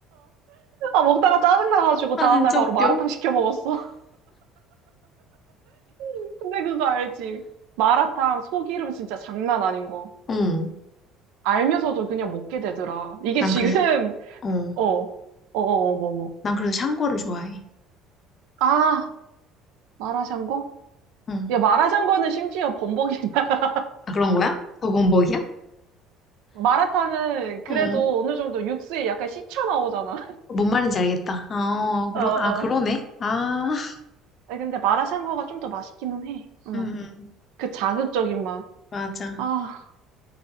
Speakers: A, on the right; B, on the left.
A: 아, 먹다가 짜증나가지고
B: 아,
A: 다음날
B: 진짜
A: 바로
B: 웃겨.
A: 마라탕 시켜 먹었어. <laughs> 근데 그거 알지? 마라탕 소기름 진짜 장난 아닌 거.
B: 응.
A: 알면서도 그냥 먹게 되더라. 이게
B: 난
A: 지금,
B: 그래, 어.
A: <laughs> 어, 어, 어, 어, 뭐, 뭐.
B: 난 그래서 샹궈를 좋아해.
A: 아, 마라샹궈?
B: 응.
A: 야, 마라샹궈는 심지어 범벅이다. <laughs>
B: 아, 그런 거야? 더 범벅이야?
A: 마라탕은 그래도
B: 어.
A: 어느 정도 육수에 약간 씻혀 나오잖아.
B: 뭔 말인지 알겠다. 어, 그러,
A: <laughs> 어, 어.
B: 아, 그러네? 아, <laughs>
A: 아니, 근데 마라샹궈가 좀 더 맛있기는 해. 응.
B: 음, 음,
A: 그 자극적인 맛.
B: 맞아.
A: 아,